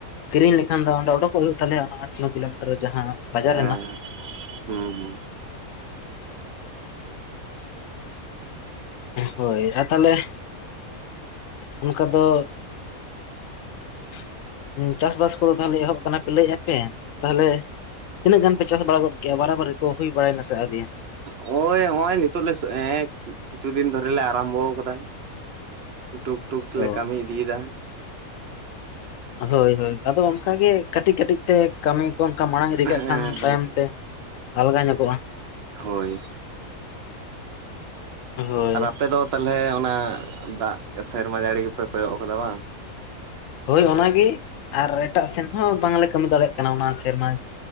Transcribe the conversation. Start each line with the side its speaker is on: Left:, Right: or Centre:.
Left: ᱠᱤᱨᱤᱧ ᱞᱮᱠᱷᱟᱱ ᱫᱚ ᱚᱰᱚᱠᱚᱜ ᱦᱩᱭᱩᱜ ᱛᱟᱞᱮᱭᱟ ᱚᱱᱟ ᱦᱟᱴ <inaudible> ᱠᱤᱞᱳᱢᱤᱴᱟᱨ ᱡᱟᱦᱟᱸ ᱵᱟᱡᱟᱨ
Right: ᱦᱮᱸ
Left: ᱦᱮᱱᱟ
Right: ᱦᱩᱸ ᱦᱩᱸ
Left: ᱦᱳᱭ ᱟᱨ ᱛᱟᱦᱚᱞᱮ ᱚᱱᱠᱟ ᱫᱚ <inaudible> ᱦᱚᱸ ᱪᱟᱥᱵᱟᱥ ᱠᱚᱫᱚ ᱛᱟᱦᱞᱮ ᱮᱦᱚᱵ ᱟᱠᱟᱱᱟ ᱯᱮ ᱞᱟᱹᱭ ᱟᱯᱮ᱾ ᱛᱟᱦᱟᱞᱮ ᱛᱤᱱᱟᱹᱜ ᱜᱟᱱ ᱯᱮ ᱪᱟᱥ ᱵᱟᱲᱟ ᱜᱚᱫ ᱠᱮᱭᱟ ᱵᱟᱨᱟ ᱵᱟᱨᱤ ᱠᱚ ᱦᱩᱭ ᱵᱟᱲᱟᱭᱮᱱᱟ ᱥᱮ ᱟᱹᱶᱨᱤᱭᱟ?
Right: ᱱᱚᱜᱼᱚᱭ ᱱᱚᱜᱼᱚᱭ ᱱᱤᱛᱚᱜ ᱞᱮ ᱠᱤᱪᱷᱩ ᱫᱤᱱ ᱫᱷᱚᱨᱮ ᱞᱮ ᱟᱨᱟᱢᱵᱷᱚ ᱟᱠᱟᱫᱟ᱾ ᱴᱩᱠ ᱴᱩᱠ ᱞᱮ
Left: ᱚ
Right: ᱠᱟᱹᱢᱤ ᱤᱫᱤᱭᱮᱫᱟ᱾
Left: ᱦᱳᱭ ᱦᱳᱭ ᱟᱫᱚ ᱚᱱᱠᱟᱜᱮ ᱠᱟᱹᱴᱤᱡ ᱠᱟᱹᱴᱤᱡ ᱛᱮ ᱠᱟᱹᱢᱤ ᱚᱱᱠᱟ ᱢᱟᱲᱟᱝ ᱤᱫᱤ
Right: ᱦᱮᱸ
Left: ᱠᱟᱜ ᱠᱷᱟᱱ ᱛᱟᱭᱚᱢ ᱛᱮ ᱟᱞᱜᱟ ᱧᱚᱜᱚᱜᱼᱟ᱾
Right: ᱦᱳᱭ
Left: ᱦᱳᱭ
Right: ᱟᱨ ᱟᱯᱮ ᱫᱚ ᱛᱟᱦᱚᱞᱮ ᱚᱱᱟ ᱫᱟᱜ ᱥᱮᱨᱢᱟ ᱡᱟᱹᱲᱤ ᱜᱮᱯᱮ ᱠᱚᱭᱚᱜ ᱠᱟᱫᱟ ᱵᱟᱝ?
Left: ᱦᱳᱭ ᱚᱱᱟᱜᱮ ᱟᱨ ᱮᱴᱟᱜ ᱥᱮᱱ ᱦᱚᱸ ᱵᱟᱝᱞᱮ ᱠᱟᱹᱢᱤ ᱫᱟᱲᱮᱭᱟᱜ ᱠᱟᱱᱟ ᱚᱱᱟ ᱥᱮᱨᱢᱟ